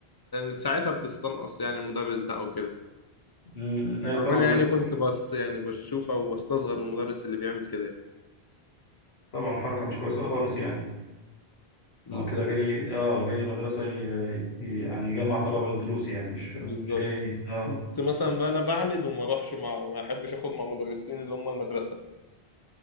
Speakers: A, on the left; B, on the left.
A: فساعتها بتستنقص يعني المدرس ده او كده
B: مم. أيوة
A: او
B: طبعا
A: انا
B: لا
A: يعني كنت بس يعني بشوف او بستصغر المدرس اللي بيعمل كده يعني
B: طبعا حركة مش كويسة خالص يعني
A: بالظبط
B: هو كده جاي اه جاي المدرسة ي... ي- يعني يجمع طلبة للدروس يعني مش
A: بالظبط
B: مش جاي اه
A: كنت مثلا بقى انا بعند وما اروحش مع ما احبش اخد مع مدرسين اللي هم المدرسة